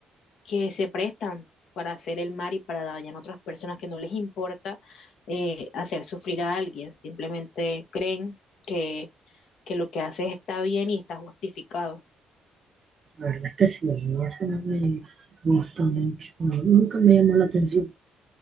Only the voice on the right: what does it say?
la verdad es que sí, a mí eso no me gusta mucho, no, nunca me llamó la atención.